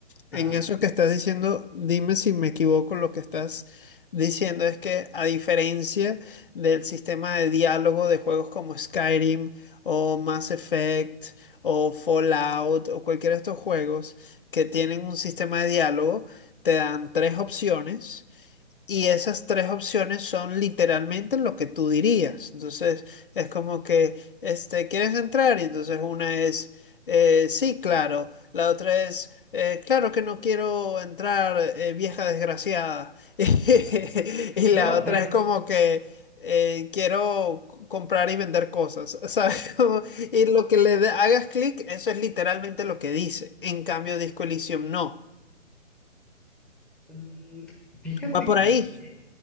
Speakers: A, on the left; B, in the centre.
A: En
B: Ajá.
A: eso que estás diciendo, dime si me equivoco, lo que estás diciendo es que a diferencia del sistema de diálogo de juegos como Skyrim o Mass Effect o Fallout o cualquiera de estos juegos que tienen un sistema de diálogo, te dan tres opciones. Y esas tres opciones son literalmente lo que tú dirías. Entonces, es como que, este, ¿quieres entrar? Y entonces una es, eh, sí, claro. La otra es, eh, claro que no quiero entrar, eh, vieja desgraciada. <laughs>
B: Ajá.
A: Y la
B: No,
A: otra
B: pero
A: es como que, eh, quiero c- comprar y vender cosas, <laughs> ¿sabes? Como- Y lo que le de- hagas clic, eso es literalmente lo que dice. En cambio, Disco Elysium no.
B: mm, fíjate
A: Va por
B: que
A: ahí.
B: eh,